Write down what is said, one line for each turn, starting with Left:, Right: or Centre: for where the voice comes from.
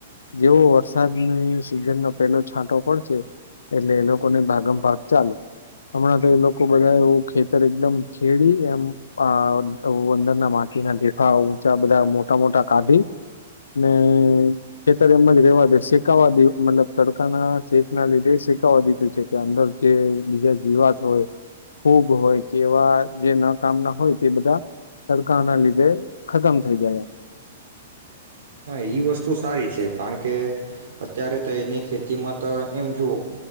Left: જેવો વરસાદની સિઝનનો પેલો છાંટો પડશે એટલે એ લોકોને ભાગમ ભાગ ચાલુ. હમણાં તો એ લોકો બધા ખેતર એકદમ ખેડી એમ આ અંદરના માટીના ડઢેફા ઊંચા બધા મોટા મોટા કાઢી, ને ખેતર એમ જ રેવા દ શેકાવા દ મતલબ તડકાના શેક ના લીધે શેકાવા દીધું છે, કે અંદર જે બીજા જીવાત હોય, ફુગ હોય કે એવા જે ન કામના હોય, તે બધા તડકા ના લીધે ખતમ થઈ જાય.
Right: હા, ઈ વસ્તુ સારી છે. કારણકે, અત્યારે ત્યની ખેતીમાં તો એમ જુઓ